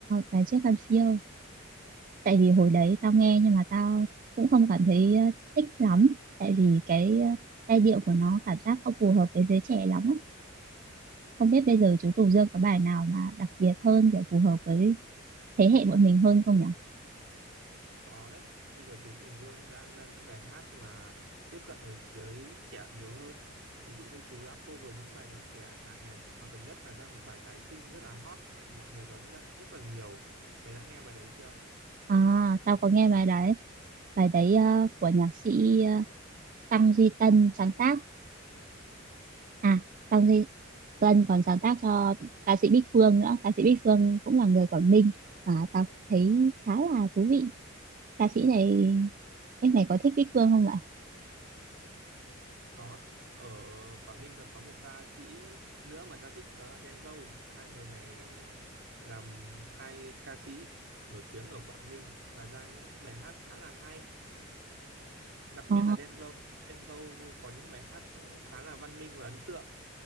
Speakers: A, on the right (about 40°); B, on the right (about 65°).
A: và chiếc khăn phiêu tại vì hồi đấy tao nghe nhưng mà tao cũng không cảm thấy ờ, thích lắm tại vì cái ờ, giai điệu của nó cảm giác không phù hợp với giới trẻ lắm ấy không biết bây giờ chú Tùng Dương có bài nào mà đặc biệt hơn kiểu phù hợp với thế hệ bọn mình hơn không nhỉ?
B: Có đấy, bây giờ chú Tùng Dương đã ra những bài hát mà tiếp cận với giới trẻ nhiều hơn. Ví dụ như chú đã cover những bài nhạc trẻ lại này, mà gần nhất là ra một bài tái sinh rất là hot mà mọi người đón nhận rất là nhiều. Mày đã nghe bài đấy chưa?
A: À, tao có nghe bài đấy. Bài đấy ờ, của nhạc sĩ ờ, Tăng Duy Tân sáng tác. À, Tăng Duy Tân còn sáng tác cho ca sĩ Bích Phương nữa. Ca sĩ Bích Phương cũng là người Quảng Ninh và tao thấy khá là thú vị. Ca sĩ này, em này có thích Bích Phương không vậy?
B: Có. Ở Quảng Ninh còn có một ca sĩ nữa mà tao thích đó là Đen Vâu. Hai người này làm hai ca sĩ nổi tiếng ở Quảng Ninh và ra những bài hát khá là hay. đặc
A: Ờ,
B: biệt là Đen Vâu Đen Vâu có những bài hát khá là văn minh và ấn tượng